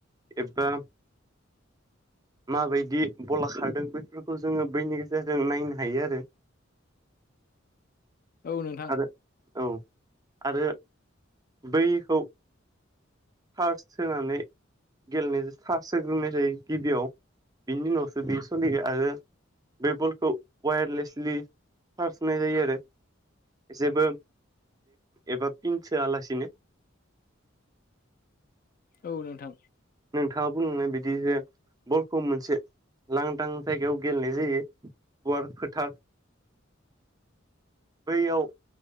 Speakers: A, on the right (about 20°); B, on the left (about 45°).
A: एबा माबायदि बला खारदों बैफोरखौ जोङो बैनि गेजेरजों नायनो हायो आरो <unintelligible>
B: औ नोंथां
A: आरो औ आरो बैखौ सारस सोनानै गेलेनायजों सासहोग्रोनाय जायो गिबियाव बिनि उनावसो बे सोलिगोन आरो बे बलखौ वायारलेसलि चार्ज होनाय जायो आरो जेबो एबा फिनसोआलासिनो
B: औ नोंथां
A: नोंथाङा बुंनाय बदि जे बलखौ मोनसे लांदां जायगायाव गेलेनाय जायो गुवार फोथार बैयाव